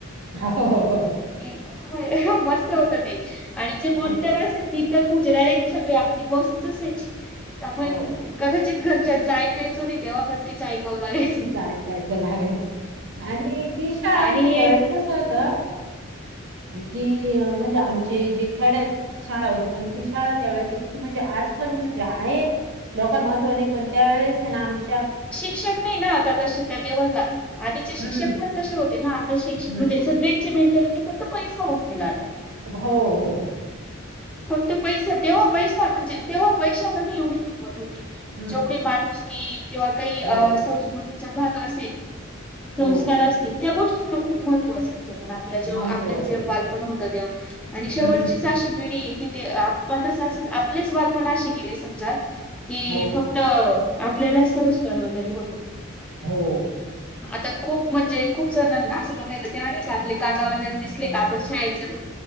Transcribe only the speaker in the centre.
हां मस्त होत ते आणि जे मॉनिटर
असेल ती म्हणजे डायरेक्ट सगळी आपली बॉसच असायची आपण
कदाचित घरच्यांचा ऐक कायचो नाही तेव्हा पण ती- चायकामवाले
आणि
शक नाही ना आता तशे त्या लेव्हलला आधीचे शिक्षक
पण तशे होते ना आता शिक्ष
म्हणजे सगळे- मेंटॅलिटी फक्त पैसा होऊन गेला आता.
फक्त पैसा तेव्हा पैसा म्हणजे तेव्हा पैशाला नाही एवढी किंमत होती.
जेवढे माणूसकी किंवा काही
अ संस्कृतीचा भाग असेल- संस्कार
असतील त्या गोष्टींना खूप महत्त्व असायचं पण आप- आपल्या जवळ,
आपलं
जे बालपण होतं तेव्हा आणि शेवटचीच
अशी- पिढी की ते आपणच अस, आपलेच बालपण असे गेले समजा की
फक्त त आपल्याला संस्कार वगैरे होते.
आता खूप म्हणजे खूप जणांना असं बघायला तेव्हा नाही का आपले काका वगैरे दिसले का आपण शाळेेत जातो-